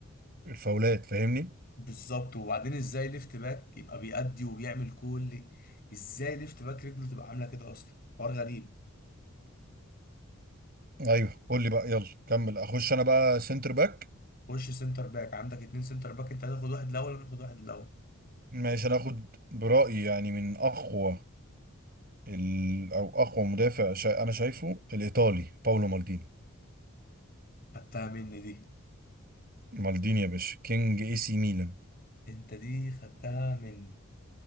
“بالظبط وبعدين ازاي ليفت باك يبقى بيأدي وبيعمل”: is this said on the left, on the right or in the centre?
Left